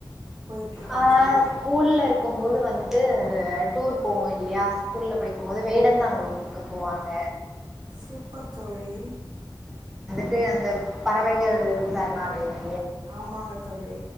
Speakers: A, on the right (about 60°); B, in the centre.
A: போயிருக்கீங்களா
B: ஆஹ்
A: தோழி?
B: ஸ்கூல்ல இருக்கும் போது வந்து ட்டு டூர் போவோயில்லயா ஸ்கூல்ல படிக்கும் போது வேடந்தாங்கள் கூப்ட்டு போவாங்க.
A: சூப்பர் தோழி
B: ட்டு அந்த பறவைகள் சரணாலயங்
A: ஆமாங்க தோழி